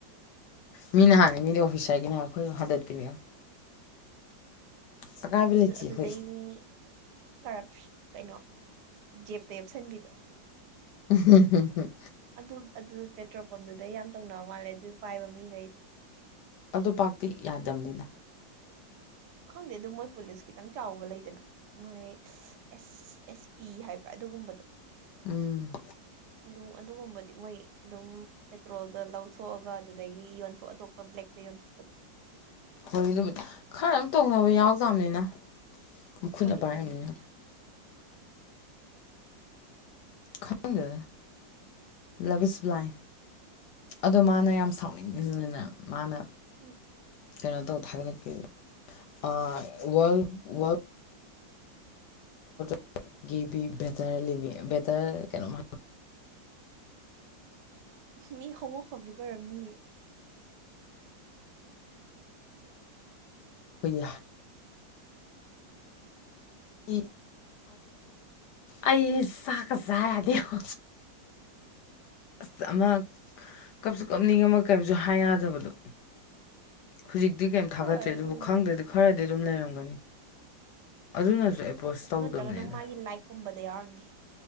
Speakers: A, on the left; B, on the right.
A: ꯃꯤꯅ ꯍꯥꯡꯉꯤ ꯃꯤꯗꯤ ꯑꯣꯐꯤꯁ ꯍꯥꯏꯒꯅꯦ ꯑꯩꯈꯣꯏ ꯍꯟꯗꯠꯇꯄꯤꯅꯦ ꯑꯀꯥꯏꯕ ꯂꯩꯇꯦ
B: ꯑꯗꯨ ꯑꯗꯨꯗꯩ
A: ꯑꯩꯈꯣꯏ
B: ꯃꯤ ꯀꯔꯞ ꯀꯩꯅꯣ ꯖꯦꯞꯇ ꯌꯦꯞꯁꯟꯕꯤꯗꯣ
A: ꯎꯝ ꯍ ꯍꯝ
B: ꯑꯗꯨ ꯑꯗꯨ ꯄꯦꯇ꯭ꯔꯣꯜ ꯄꯝꯗꯨꯗꯩ ꯌꯥꯝ ꯇꯧꯅꯕ ꯃꯥꯜꯂꯦ ꯑꯗꯨ ꯄꯥꯏꯕ ꯃꯤꯈꯩ
A: ꯑꯗꯨꯣ ꯄꯥꯛꯇꯤ ꯌꯥꯗꯕꯅꯤꯅ
B: ꯈꯪꯗꯦ ꯑꯗꯨ ꯃꯣꯏ ꯄꯨꯂꯤꯁ ꯈꯤꯇꯪ ꯆꯥꯎꯕ ꯂꯩꯗꯅ ꯃꯣꯏ ꯑꯦꯁ ꯑꯦꯁ ꯄꯤ ꯍꯥꯏꯕ꯭ꯔꯥ ꯑꯗꯨꯒꯨꯝꯕꯗꯣ
A: ꯎꯝ
B: ꯑꯗꯨ ꯑꯗꯨꯒꯨꯝꯕꯗꯤ ꯃꯣꯏ ꯑꯗꯨꯝ ꯄꯦꯇ꯭ꯔꯣꯜꯗ ꯂꯧꯊꯣꯛꯑꯒ ꯑꯗꯨꯗꯒꯤ ꯌꯣꯟꯊ ꯑꯇꯣꯞꯄ ꯕ꯭ꯂꯦꯛꯇ ꯌꯣꯟꯊꯣꯛꯄꯗꯣ
A: ꯍꯣꯏ ꯑꯗꯨꯕꯨꯗꯤ ꯈꯔ ꯑꯗꯨꯝ ꯇꯧꯅꯕ ꯌꯥꯎꯗꯕꯅꯤꯅ ꯈꯨꯠꯅ
B: ꯃꯅꯤꯄꯨꯔꯅꯤꯗꯅ
A: ꯄꯥꯏꯔꯕꯅꯤꯅ ꯈꯪ ꯗꯦ ꯂꯚ ꯏꯁ ꯕ꯭ꯂꯥꯏꯟ ꯑꯗꯣ ꯃꯥꯅ ꯌꯥꯝ ꯁꯥꯎꯅꯤꯡꯉꯤꯁꯤꯅꯅꯦ ꯃꯥꯅ
B: ꯎ
A: ꯀꯩꯅꯣ ꯇꯧꯊꯥꯉꯟꯂꯛ ꯀ ꯑ ꯋꯥꯔꯜ ꯋꯥꯔ <inaudible> ꯒꯤꯕꯤ ꯕꯦꯇꯔ ꯂꯤꯕꯤ ꯕꯦꯇꯔ ꯀꯩꯅꯣꯝꯃ
B: ꯃꯤ ꯈꯣꯡꯉꯣꯛ ꯐꯕꯤ ꯑꯣꯏꯔꯝꯅꯤꯅꯦ
A: <unintelligible> ꯍꯥ <inaudible> ꯑꯩ ꯆꯥꯛꯀ ꯆꯥ ꯌꯥꯗꯦꯕꯣ ꯑꯁ ꯑꯃ ꯀꯞꯁꯨ ꯀꯞꯅꯤꯡꯉꯝꯃꯦ ꯀꯩꯝꯁꯨ ꯍꯥꯏ ꯌꯥꯗꯕꯗꯣ ꯍꯧꯖꯤꯛꯇꯤ ꯀꯩꯝ ꯊꯥꯒꯠꯇ꯭ꯔꯦ
B: ꯍꯣꯏ ꯑꯗꯨꯗꯤ
A: ꯑꯗꯨꯕꯨ ꯈꯪꯗ꯭ꯔꯗꯤ ꯈꯔꯗꯤ ꯑꯗꯨꯝ ꯂꯩꯔꯝꯒꯅꯤ ꯑꯗꯨꯅꯁꯨ ꯑꯦꯄ꯭ꯔꯣꯁ ꯇꯧꯗꯕꯅꯤꯗ
B: ꯎ ꯅꯠꯇ꯭ꯔꯒꯅ ꯃꯥꯒꯤ ꯂꯥꯏꯛ ꯀꯨꯝꯕꯗ ꯌꯥꯎꯔꯤꯅꯦ